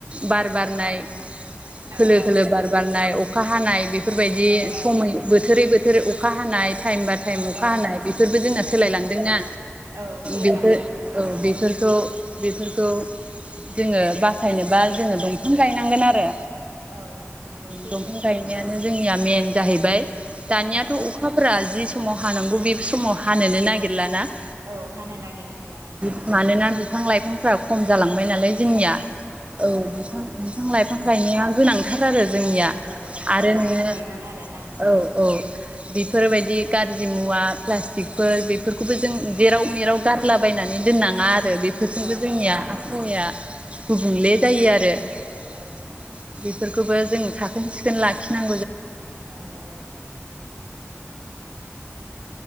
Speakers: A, on the right; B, on the right.
A: बार बारनाय खोलो
B: औ
A: खोलो बार बारनाय अखा हानाय बे फोरबायदि
B: औ
A: समै बोथोरै बो थोर अखा हानाय टाइम बा टाइम
B: औ
A: अखा हानाय बेफोरबो जोंना सोलायलांदों
B: औ
A: ना
B: औ सोलायलांनो
A: बेफोर
B: हमबाय
A: औ बेफ बेफोरखौ जोङो बा फायनोबा
B: औ
A: जोङो दं गायनांगोन आरो।
B: औ नंगौ सैथो।
A: दंफां गायनायानो जोंनिया मेन जाहैबाय दानियाथ
B: औ
A: अखाफोरा जि समाव हानांगौ बे समाव हानोनो नागिरलाना ।
B: औ हानो नागिरथारला औ
A: मानोना
B: औ
A: बिफां लाइफांफ्रा खम जालांबाय नालाय जोंनिया औ बिफां बिफां लाइफां गायनाया गोनांथार आरो जोंनिया
B: औ
A: आरो
B: गोनांथार
A: नोङो
B: बिबान आरोना
A: औ औ बेफोरबायदि गाज्रि मुवा प्लाटिकफोर बेफोर खौबो जों जेराव मेराव गारलाबायनानै होनङा आरो बेफोरजोंबो
B: औ
A: जोंनिया फोरा गुबुंले जायो आरो ।
B: औ
A: बेफोरखौबो जों साखोन सिखोन लाखिनां
B: औ औ